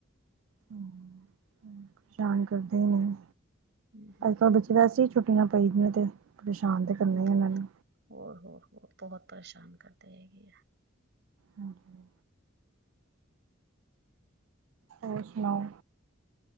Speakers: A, on the right (about 80°); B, on the right (about 60°).
A: <unintelligible> ਕਰਦੇ ਨੇ
B: ਹੂੰ, ਹੂੰ,
A: ਅੱਜ ਕੱਲ
B: ਹੂੰ,
A: ਬੱਚੇ ਵੈਸੇ ਹੀ ਛੁੱਟੀਆਂ ਪਈ ਦੀਆ ਤੇ ਪਰੇਸ਼ਾਨ ਤਾਂ ਕਰਨਾ ਹੀ
B: ਬਹੁਤ
A: ਉਹਨਾਂ ਨੇ
B: ਹੋਰ ਹੋਰ ਹੋਰ ਬਹੁਤ ਪਰੇਸ਼ਾਨ ਕਰਦੇ ਹੈਗੇ ਆ
A: ਹਾਂਜੀ ਹੋਰ ਸੁਣਾਓ